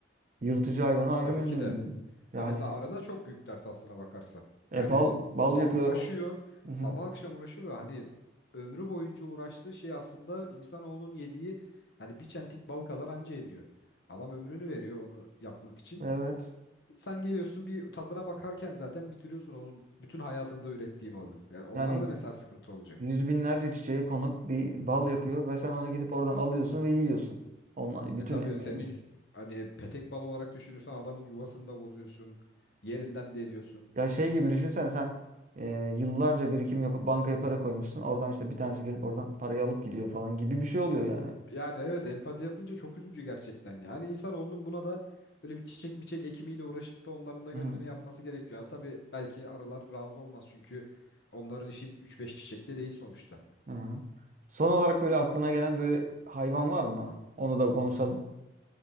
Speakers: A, on the right; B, on the left.
A: Yırtıcı hayvanı ayrı
B: Tabii
A: memnun
B: ki de.
A: edeceksin. Yani
B: Ha mesela arada çok büyük dert aslına bakarsan. Yani
A: e, bal bal
B: adam
A: yapıyor.
B: uğraşıyor.
A: Hı hı.
B: Sabah akşam uğraşıyor ve hani ömrü boyunca uğraştığı şey aslında insanoğlunun yediği hani bir çentik bal kadar anca ediyor. Adam ömrünü veriyor onu yapmak için.
A: Evet.
B: Sen geliyorsun bir tadına bakarken zaten bitiriyorsun onun bütün hayatında ürettiği balı. Yani onlar
A: Yani
B: da mesela sıkıntı olacak.
A: Yüz binlerce çiçeğe konup bir bal yapıyor ve sen onu gidip oradan alıyorsun ve yiyorsun. Onun bütün
B: E tabii
A: emeğini.
B: senin hani petek balı olarak düşünürsen adamın yuvasını da bozuyorsun. Yerinden de ediyorsun.
A: Ya şey gibi düşünsen sen e, yıllarca birikim yapıp bankaya para koymuşsun. Oradan işte bir tanesi gelip oradan parayı alıp gidiyor falan gibi bir şey oluyor
B: Abi,
A: yani.
B: Yani evet empati yapınca çok üzücü gerçekten. Yani insanoğlunun buna da böyle bir çiçek miçek ekimiyle uğraşıp da onların da
A: Hı
B: gönlünü
A: hı.
B: yapması gerekiyor. Ha, tabii belki arılar razı olmaz çünkü onların işi üç beş çiçekle değil sonuçta.
A: Hı hı. Son olarak böyle aklına gelen böyle hayvan var mı? Onu da konuşalım.